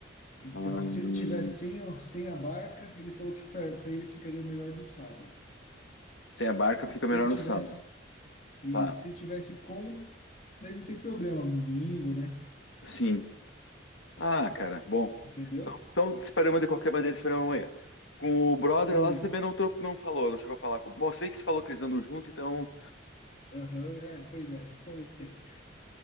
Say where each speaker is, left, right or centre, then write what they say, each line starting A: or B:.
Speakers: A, on the left; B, on the left.
A: Então,
B: hum,
A: se ele tiver sem, o- sem a barca, ele falou que para ele ficaria melhor no sábado.
B: sem a barca fica
A: Se
B: melhor
A: ele tivesse
B: no sábado.
A: isso,
B: Tá,
A: se ele tivesse com, daí não tem problema, domingo, né?
B: sim. Ah, cara, bom.
A: Entendeu?
B: Então te esperamos de qualquer maneira, te esperamos amanhã. Com o brother
A: Isso.
B: lá, você também não, trocou, não falou, não chegou a falar com. Bom, você vê que você falou que eles andam junto, então.
A: Aham, é, pois é, justamente.